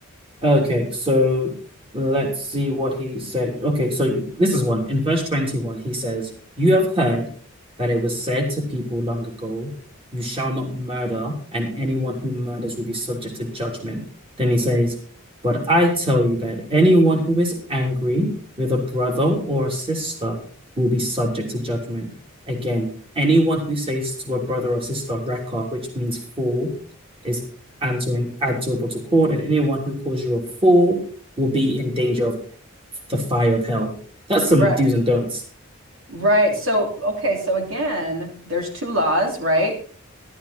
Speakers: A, on the right (about 25°); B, on the right (about 65°).
A: Okay, so let's see what he said. Okay, so this is one. In verse 21, he says, You have heard that it was said to people long ago, You shall not murder, and anyone who murders will be subject to judgment. Then he says, But I tell you that anyone who is angry with a brother or a sister will be subject to judgment. Again, anyone who says to a brother or sister, Reka, which means fool, is and to add to report to court, and anyone who calls you a fool will be in danger of the fire of hell. That's some
B: Right.
A: do's and don'ts.
B: Right. So, okay. So again, there's two laws, right?